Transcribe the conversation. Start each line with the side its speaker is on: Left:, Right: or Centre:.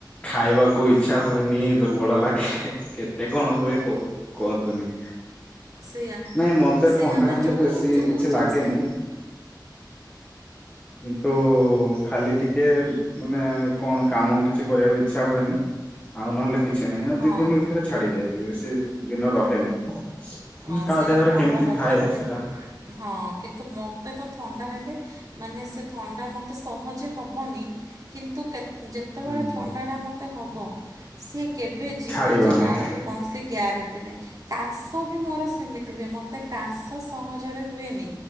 Left: ଖାଇବାକୁ ଇଚ୍ଛା ହୁଏନି ଦୁର୍ବଳ ଲାଗେ। କେତେ କଣ ହୁଏ କୁହନ୍ତୁନି।
Right: ସେଇଆ-ସେଇଆ
Left: ନାଇଁ ମତେ ଥଣ୍ଡା
Right: ବା
Left: ହେଲେ
Right: ଯୋଉ-ଯୋଉ
Left: ବେଶୀ କିଛି
Right: ଜିନିଷ
Left: ଲାଗେନି କିନ୍ତୁ ଖାଲି ଟିକେ ମାନେ କଣ କାମ କିଛି କରିବାକୁ ଇ ଇଚ୍ଛା ହୁଏନି ଆଉ ନହେଲେ କିଛି ନାହିଁ ଆଉ
Right: ହଁ
Left: ଦିଇ ଦିନ ଭିତରେ ଛାଡ଼ିଯିବ କି ଦିନ ରହେନି।
Right: ହଁ
Left: କାହା
Right: ସେଇଟା
Left: ଦେହରେ
Right: ଭଲ
Left: କେମିତି
Right: କଥା
Left: ଥାଏ ସେଟା
Right: ହଁ କିନ୍ତୁ ମତେ ତ ଥଣ୍ଡା ହେଲେ ମାନେ ସେ ଥଣ୍ଡା ମୋତେ ସହଜେ ହେବନି କିନ୍ତୁ କେତେ ଯେତେବେଳେ
Left: ହୁଁ ହୁଁ
Right: ଥଣ୍ଡାଟା ମୋତେ ହେବ ସିଏ କେବେ ଯିବ
Left: ଛାଡିବନି
Right: ଯେ ତାର ବି କୌଣସି ଗ୍ୟାରେଣ୍ଟି ନାହିଁ କା ବି ମୋର ସେମିତି ହୁଏ ମୋତେ କାସ୍ ସହରେ ହୁଏନି